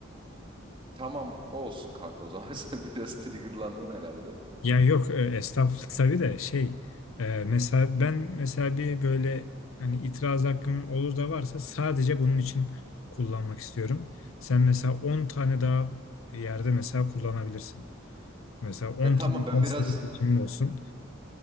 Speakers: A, on the right; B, on the left.
A: tamam olsun kanka o zaman <laughs> sen biraz triggerlandın herhalde.
B: ya yok e, estağfurullah tabii de şey e, mesela ben mesela bir böyle hani itiraz hakkım olur da varsa sadece bunun için kullanmak istiyorum. Sen mesela 10 tane daha yerde mesela kullanabilirsin. Mesela 10
A: Ya tamam
B: tane
A: ben
B: daha
A: biraz...
B: senin seçimin olsun.